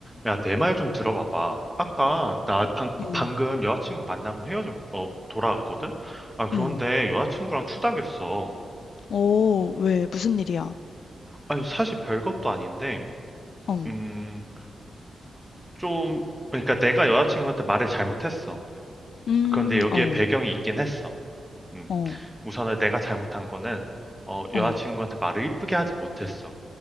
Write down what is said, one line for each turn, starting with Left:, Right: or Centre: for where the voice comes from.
Centre: 야, 내 말 좀 들어봐봐. 아까 나 방,
Left: 응,
Centre: 방금 여자친구 만나고 헤어졌, 어, 돌아왔거든? 아, 그런데
Left: 응,
Centre: 여자친구랑 추닥였어.
Left: 어 왜 무슨 일이야?
Centre: 아니, 사실 별것도 아닌데,
Left: 어.
Centre: 음, 좀, 그러니까 내가 여자친구한테 말을 잘못했어.
Left: 음.
Centre: 그런데 여기에
Left: 어.
Centre: 배경이 있긴 했어. 음,
Left: 어.
Centre: 우선은 내가 잘못한 거는, 어, 여자친구한테
Left: 어.
Centre: 말을 이쁘게 하지 못했어.